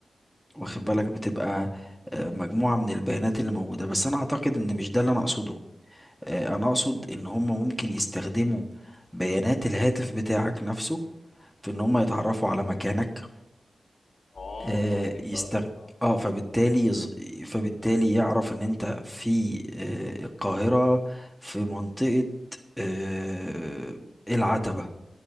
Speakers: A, in the centre; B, on the left.
A: واخد بالك بتبقى
B: مم.
A: آه، مجموعة من البيانات اللي موجودة بس انا اعتقد ان مش ده اللي انا اقصده آه، انا اقصد ان هم ممكن يستخدموا بيانات الهاتف بتاعك نفسه في ان هم
B: مم.
A: يتعرفوا على مكانك
B: اه
A: آه
B: اه فهمت
A: يستغ...
B: قصدك اه
A: اه فبالتالي يز... فبالتالي يعرف ان انت في آه القاهرة في منطقة آه العتبة